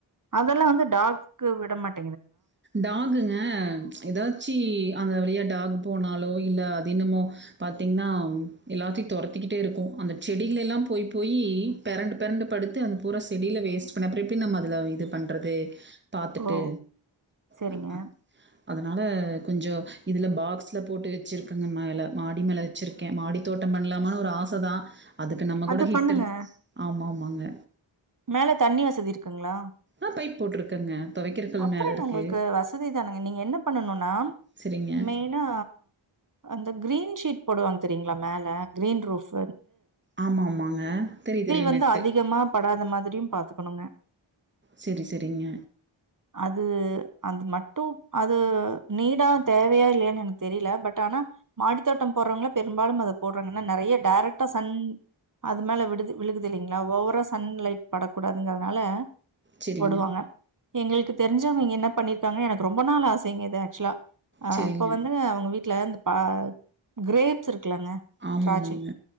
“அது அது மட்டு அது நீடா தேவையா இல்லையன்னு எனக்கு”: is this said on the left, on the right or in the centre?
Right